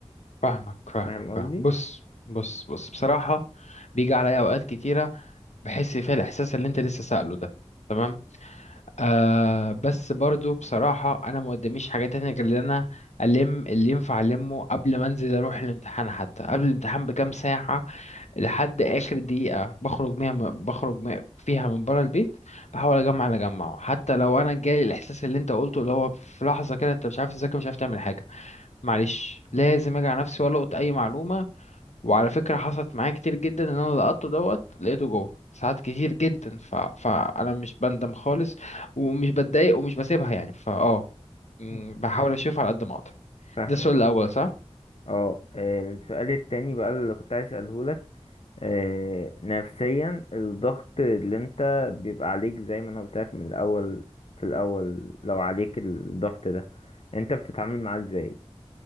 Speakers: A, on the left (about 80°); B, on the left (about 60°).
A: فاهمك فاهمك
B: فاهم قصدي
A: فاهمك بص بص بص بصراحة بيجي عليا أوقات كتيرة بحس فيها الإحساس اللي أنت لسه سأله ده تمام آه بس برضو بصراحة أنا ما قداميش حاجة تانية غير إن أنا ألم اللي ينفع ألمه قبل ما أنزل أروح الامتحان حتى قبل الامتحان بكام ساعة لحد آخر دقيقة بخرج بيها بخرج م- فيها من بره البيت بحاول أجمع اللي أجمعه حتى لو أنا جالي الإحساس اللي أنت قلته اللي هو في لحظة كده أنت مش عارف تذاكر مش عارف تعمل حاجة معلش لازم اجي على نفسي والقط اي معلومه وعلى فكره حصلت معايا كتير جدا ان انا لقطته دوت لقيته جوه ساعات كتير جدا ف... فانا مش بندم خالص ومش بتضايق ومش بسيبها يعني فاه مم،
B: مم.
A: بحاول اشوف على قد ما اقدر
B: فاهمك
A: ده السؤال الاول صح
B: اه السؤال التاني بقى اللي كنت عايز اساله لك آه، نفسيا الضغط اللي انت بيبقى عليك زي ما انا قلت لك من الاول في الاول لو عليك الضغط ده انت بتتعامل معاه ازاي